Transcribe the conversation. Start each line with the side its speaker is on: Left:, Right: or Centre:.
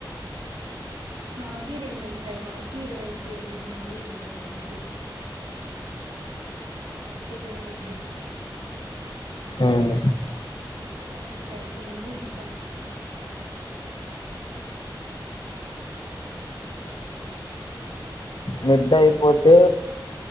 Right: మాకి రెండుంటాయి మాకి ఇరవై తేదీ నుండి ఉంటాయి మిడ్డు సెకెండ్ మిడ్
Left: ఉమ్.
Right: ఫస్ట్ ది అయిపోయింది ఇంకా
Left: మిడ్ అయిపోతే